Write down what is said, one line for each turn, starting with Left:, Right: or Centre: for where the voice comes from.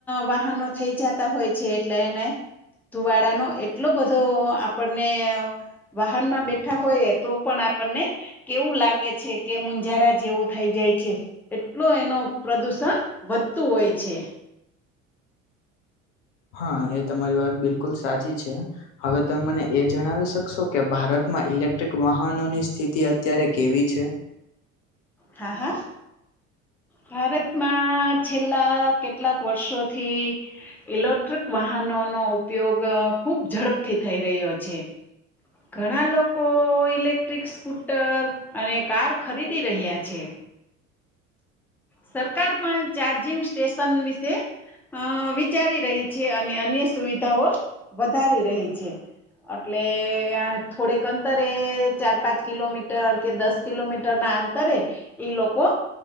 Centre: વાહનો થઈ જતા હોય છે એટલે એને. ધુવાડાનો એટલો બધો આપણને. વાહનમાં બેઠા હોય તો પણ આપણને. કેવું લાગે છે કે મુંજારા જેવું થઈ જાય છે. એટલો એનો પ્રદુષણ વધતું હોય છે.
Left: હા એ તમારી વાત બિલકુલ સાચી છે. હવે તમે મને એ જણાવી શકશો કે ભારતમાં ઇલેક્ટ્રિક વાહનોની સ્થિતિ અત્યારે કેવી છે?
Centre: હા હા. ભારતમાં છેલ્લા કેટલાક વર્ષોથી. ઇલેક્ટ્રિક વાહનો નો ઉપયોગ ખુબ ઝડપથી થઈ રહ્યો છે. ઘણા લોકો ઇલેક્ટ્રિકસ સ્કૂટર અને કાર ખરીદી રહ્યા છે. સરકાર પણ ચાર્જિંગ સ્ટેશન વિશે. અ વિચારી રહી છે અને અન્ય સુવિધાઓ વધારી રહી છે. અટલે યાર થોડેક અંતરે ચાર પાંચ કિલોમીટર કે દસ. કિલોમીટરના અંતરે ઈ લોકો.